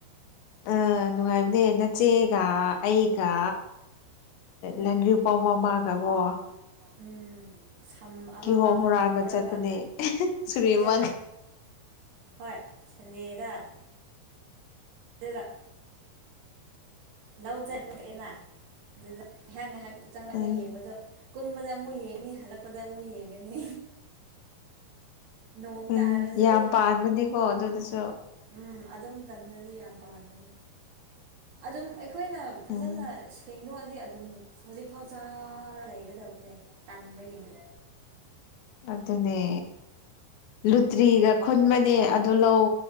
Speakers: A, on the left; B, on the right.
A: ꯑ ꯅꯨꯡꯉꯥꯏꯕꯅꯦ ꯅꯆꯦꯒ ꯑꯩꯒ
B: ꯎꯝ
A: ꯂꯟꯗ꯭ꯔꯤ ꯄꯥꯎ ꯃꯃ ꯑꯗꯔꯕꯣ
B: ꯎꯝ ꯁꯝ ꯑꯃ
A: ꯀꯤꯍꯣꯝ
B: ꯑꯃꯒ
A: ꯍꯨꯔꯥꯟꯕ
B: ꯄꯨꯔꯒ
A: ꯆꯠꯄꯅꯦ ꯁꯨꯔꯤꯃ
B: ꯑꯗꯨꯒ ꯍꯣꯏ ꯁꯟꯗꯦꯗ ꯑꯗꯨꯒ ꯂꯧ ꯆꯠꯄꯤꯔꯛꯑꯦꯅ ꯑꯗꯨꯗ ꯉꯥꯏꯍꯥꯛ ꯉꯥꯏꯍꯥꯛ ꯆꯪꯂꯒ
A: ꯎꯝ
B: ꯌꯦꯡꯕꯗꯣ ꯀꯨꯝꯕꯗ ꯑꯃꯨꯛ ꯌꯦꯡꯅꯤ ꯍꯜꯂꯛꯄꯗ ꯑꯃꯨꯛ ꯌꯦꯡꯒꯅꯤ ꯅꯣꯡ
A: ꯎꯝ
B: ꯇꯥꯔꯁꯨ
A: ꯌꯥꯝ ꯄꯥꯟꯕꯅꯤꯀꯣ ꯑꯗꯨꯗꯁꯨ
B: ꯎꯝ ꯑꯗꯨ ꯃꯇꯝꯗꯗꯤ ꯌꯥꯝ ꯄꯥꯝꯒꯅꯤ ꯑꯗꯨꯝ ꯑꯩꯈꯣꯏꯅ ꯐꯖꯅ
A: ꯎꯝ
B: ꯁꯦꯡꯗꯣꯛꯑꯦ ꯗꯤ ꯑꯗꯨꯝ ꯍꯧꯖꯤꯛꯐꯥꯎ ꯆꯥꯔ ꯂꯩꯒꯗꯕꯅꯦ ꯇꯟꯥꯟꯕꯒꯤꯅꯤ
A: ꯑꯗꯨꯅꯦ ꯂꯨꯇ꯭ꯔꯤꯒ ꯈꯨꯟꯕꯅꯦ ꯑꯗꯨ ꯂꯧ